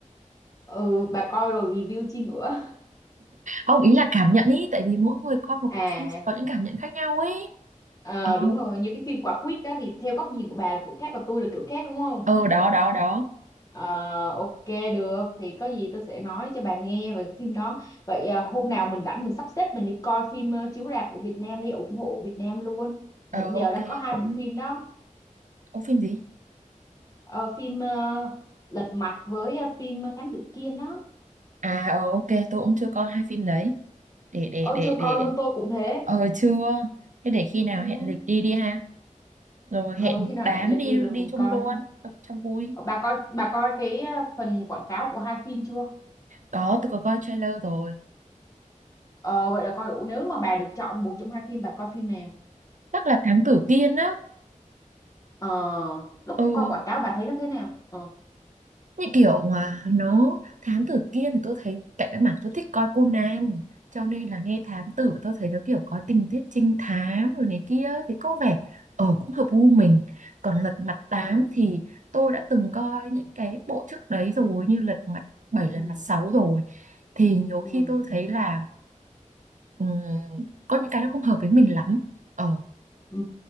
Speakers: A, on the left (about 25°); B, on the right (about 70°).
A: ừ bà coi rồi review chi nữa
B: Không, ý là cảm nhận ý,
A: <laughs>
B: tại vì mỗi người coi một
A: à
B: bộ phim sẽ có những cảm nhận khác nhau ấy.
A: ờ,
B: Ờ,
A: đúng rồi như cái phim quả quýt đó thì theo góc nhìn của bà là kiểu khác còn tôi là kiểu khác đúng không
B: ờ đó, đó, đó.
A: Ờ, ok được thì có gì tôi sẽ nói cho bà nghe về cái phim đó vậy à, hôm nào mình rảnh mình sắp xếp mình đi coi phim ờ, chiếu rạp của Việt Nam đi ủng hộ Việt Nam luôn mình
B: Ờ,
A: đều
B: ok,
A: đang có hai
B: cũng...
A: bộ phim đó
B: Có phim gì?
A: Ờ, phim ờ, Lật Mặt với ờ, phim ờ, Thám Tử Kiên đó
B: À, ờ, ok, tôi cũng chưa coi hai phim đấy. Để, để,
A: Ôi
B: để,
A: chưa coi
B: để...
A: luôn tôi cũng thế
B: Ờ, chưa. Thế để khi nào
A: ừ.
B: hẹn lịch đi đi ha. Rồi
A: Ờ,
B: hẹn
A: khi
B: một
A: nào
B: đám
A: hẹn lịch
B: đi
A: đi rồi
B: đi
A: mình
B: chung
A: coi
B: luôn, cho, cho vui.
A: Ờ, bà coi bà coi cái ờ, phần quảng cáo của hai phim chưa
B: Có, tôi có coi trailer rồi.
A: Ờ, vậy là coi đủ nếu mà bà được chọn một trong hai phim bà coi phim nào
B: Chắc là Thám Tử Kiên á.
A: Ờ, lúc
B: Ừ,
A: coi quảng cáo bà thấy nó thế nào Ờ,
B: như kiểu mà nó thám tử kia thì tôi thấy cạnh cái mảng tôi thích coi Conan cho nên là nghe thám tử tôi thấy nó kiểu có tình tiết trinh thám rồi này kia thì có vẻ ở cũng hợp gu mình còn Lật Mặt Tám
A: ừ.
B: thì tôi đã từng coi những cái bộ trước đấy rồi như Lật Mặt Bảy Lật
A: ừ
B: Mặt Sáu rồi thì nhiều
A: ừ
B: khi tôi thấy là ừm, có những cái nó không hợp với mình lắm ờ
A: ừ